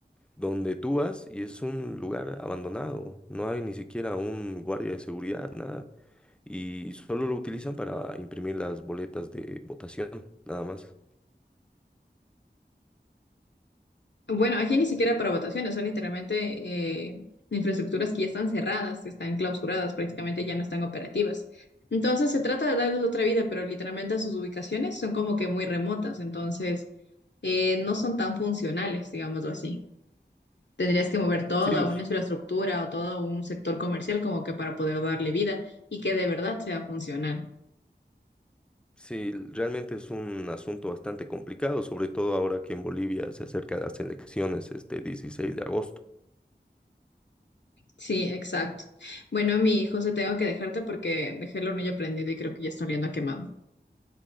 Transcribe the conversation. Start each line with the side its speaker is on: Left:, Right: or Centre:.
Centre: donde tú vas y es un lugar abandonado, no hay ni siquiera un guardia de seguridad, nada, y solo lo utilizan para imprimir las boletas de votación, nada más.
Left: Bueno, aquí ni siquiera para votaciones, son literalmente eh, infraestructuras que ya están cerradas, que están clausuradas, prácticamente ya no están operativas. Entonces se trata de darles otra vida, pero literalmente sus ubicaciones son como que muy remotas, entonces eh, no son tan funcionales, digámoslo así. Tendrías que mover todo
Centre: Sí,
Left: a
Centre: us-
Left: una infraestructura o todo a un sector comercial como que para poder darle vida y que de verdad sea funcional.
Centre: sí, realmente es un asunto bastante complicado, sobre todo ahora que en Bolivia se acerca las elecciones este 16 de agosto.
Left: Sí, exacto. Bueno, mi hijo, se tengo que dejarte porque dejé el hornillo prendido y creo que ya está oliendo a quemado.